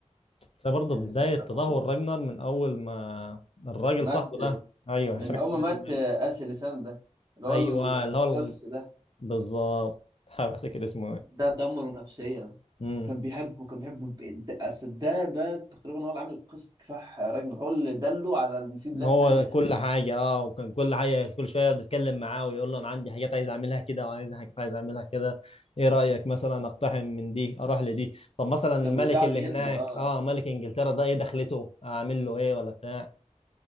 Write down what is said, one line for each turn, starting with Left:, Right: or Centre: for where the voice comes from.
Left: بس برضه
Right: يعني
Left: بدايه
Right: دي الفكره
Left: تدهور
Right: في اخوه
Left: راجنر من اول ما الراجل
Right: مات
Left: صاحبه ده ايوه
Right: من
Left: مش فاكر
Right: اول
Left: كان
Right: ما مات
Left: اسمه ايه
Right: اسي لسان ده اللي هو
Left: ايوه
Right: القس
Left: اللي هو
Right: ده
Left: بالظبط تحاول افتكر اسمه ايه.
Right: ده دمره نفسيا
Left: امم
Right: كان بيحبه كان بيحبه ب- ده أصل ده ده تقريبا هو اللي عامل قصه كفاح راجنر هو اللي دله على ان في بلاد
Left: هو
Right: تانية
Left: كل حاجه اه وكان كل حاجه كل شويه بيتكلم معاه ويقول له انا عندي حاجات عايز اعملها كده وعايز حاجات عايز اعملها كده ايه رايك مثلا اقتحم من دي اروح لدي طب مثلا الملك
Right: كان بيساعده
Left: اللي
Right: جدا
Left: هناك
Right: اه
Left: اه ملك انجلترا ده ايه دخلته اعمل له ايه ولا بتاع